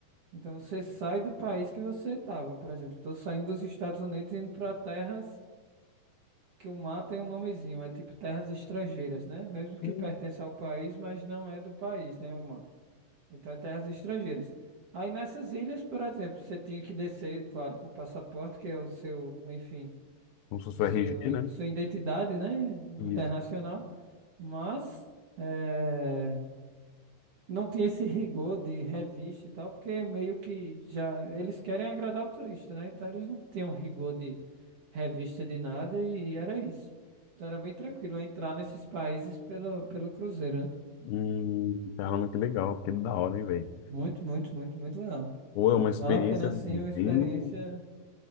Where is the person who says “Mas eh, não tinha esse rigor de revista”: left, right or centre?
Right